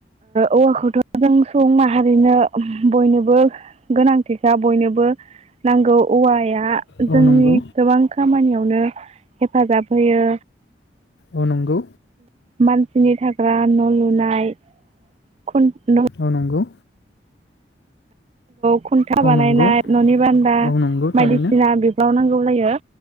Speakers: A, on the right; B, on the left.
A: औवाखौथ जों सुबुं माहारिनो बयनोबो गोनांथिखा बयनोबो नांगौ औवाया जोंनि
B: औ नंगौ
A: गोबां खामानियाव जोंनो हेफाजाब होयो।
B: औ नंगौ।
A: मानसिनि थाखाय। मानसिफोरा न लुनाय। खुन न'
B: औ नंगौ।
A: खुन्था
B: औ
A: बानायनाय
B: नंगौ
A: ननि बान्दा
B: औ नंगौ
A: बायदिसिना
B: थारैनो
A: बिफ्राव नांगौ। बाहायो।